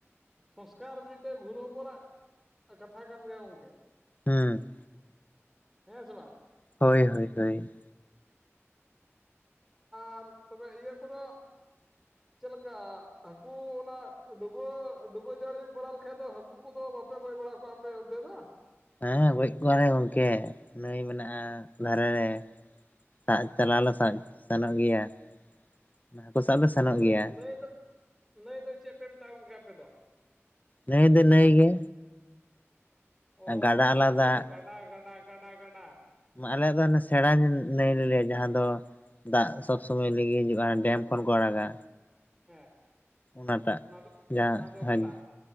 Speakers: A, in the centre; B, on the left.
A: ᱥᱚᱝᱥᱠᱟᱨ ᱢᱤᱫᱴᱮᱡ ᱜᱩᱨᱩ ᱦᱚᱯᱚᱱᱟᱜ ᱠᱟᱛᱷᱟ ᱠᱟᱱ ᱜᱮᱭᱟ ᱜᱚᱝᱠᱮ᱾
B: ᱦᱮᱸ᱾
A: ᱦᱮᱸ ᱥᱮ ᱵᱟᱝ?
B: ᱦᱚᱭ ᱦᱚᱭ ᱦᱚᱭ᱾
A: ᱟᱨ ᱛᱚᱵᱮ ᱤᱭᱟᱹ ᱠᱚᱫᱚ
B: <inaudible>
A: ᱪᱮᱫ ᱞᱮᱠᱟ, ᱦᱟᱹᱠᱩ ᱚᱱᱟ ᱰᱩᱵᱟᱹ - ᱰᱩᱵᱟᱹ ᱡᱟᱹᱲᱤ ᱵᱟᱲᱟ ᱞᱮᱠᱷᱟᱡ ᱫᱚ ᱦᱟᱹᱠᱩ ᱠᱚᱫᱚ ᱵᱟᱯᱮ ᱜᱚᱡ ᱵᱟᱲᱟ ᱠᱚᱣᱟ? ᱯᱮ ᱚᱱᱛᱮ‌ ᱫᱟ
B: ᱦᱮᱸ ᱜᱚᱡ ᱠᱚᱣᱟ ᱞᱮ ᱜᱚᱝᱠᱮ, ᱱᱟᱹᱭ ᱢᱮᱱᱟᱜᱼᱟ ᱫᱷᱟᱨᱮ ᱨᱮ᱾ ᱥᱟᱵ ᱪᱟᱞᱟᱣ ᱞᱮ ᱥᱟᱵ-ᱥᱮᱱᱚᱜ ᱜᱮᱭᱟ ᱾ ᱦᱟᱹᱠᱳ ᱥᱟᱵ ᱞᱮ ᱥᱮᱱᱚᱜ
A: ᱱᱟᱹ
B: ᱜᱮᱭᱟ᱾
A: ᱱᱟᱹᱭ ᱫᱚ ᱱᱟᱹᱭ ᱫᱚ ᱪᱮᱫ ᱯᱮ ᱢᱮᱛᱟᱜ-ᱟ ᱜᱚᱝᱠᱮ ᱟᱯᱮ ᱫᱚ?
B: ᱱᱟᱹᱭ ᱫᱚ ᱱᱟᱹᱭ ᱜᱮ᱾
A: ᱚᱻ
B: ᱜᱟᱰᱟ ᱟᱞᱟᱫᱟ
A: ᱟᱞᱮ ᱥᱮᱫ ᱫᱚ ᱜᱟᱰᱟ, ᱜᱟᱰᱟ, ᱜᱟᱰᱟ, ᱜᱟᱰᱟ᱾
B: ᱟᱞᱮᱭᱟᱜ ᱫᱚ ᱦᱟᱱᱮ ᱥᱮᱬᱟ ᱱᱟᱭ ᱞᱮᱭᱟ ᱡᱟᱦᱟᱸ ᱫᱚ ᱫᱟᱜ ᱥᱚᱵᱽ ᱥᱚᱢᱚᱭ ᱞᱤᱧᱜᱤ ᱦᱤᱡᱩᱜ-ᱟ ᱾ ᱰᱮᱢ ᱠᱷᱚᱱ ᱠᱚ ᱟᱲᱟᱜᱟ᱾
A: ᱦᱮᱸ
B: ᱚᱱᱟᱴᱟᱜ
A: ᱚᱱᱟ ᱫᱚ
B: ᱡᱟᱦᱟᱸ
A: ᱚᱱᱟ ᱫᱚ ᱜᱟᱰᱟ
B: ᱟᱹᱡ